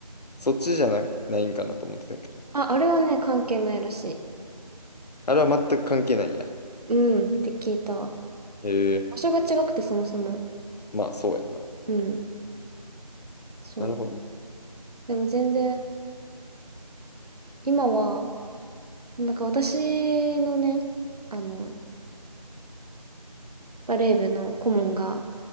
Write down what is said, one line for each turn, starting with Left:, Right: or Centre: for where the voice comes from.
Left: そっちじゃな、ないんかなと思ってたけど。
Right: あ、あれはね、関係ないらしい。
Left: あれは全く関係ないんや。
Right: うん、って聞いた。
Left: ええ
Right: 場所が違くて、そもそも。
Left: まあ、そうやんな。
Right: うん、そう。
Left: なるほど。
Right: でも全然、今は、なんか私のね、あの、バレー部の顧問が、